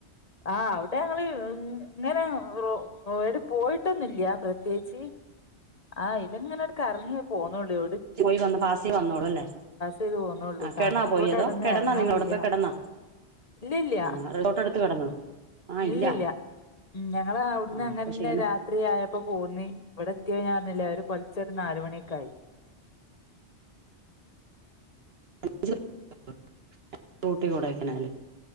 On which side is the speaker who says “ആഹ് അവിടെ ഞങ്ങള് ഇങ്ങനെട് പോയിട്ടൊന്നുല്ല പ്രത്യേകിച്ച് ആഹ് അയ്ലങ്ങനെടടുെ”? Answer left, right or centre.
Left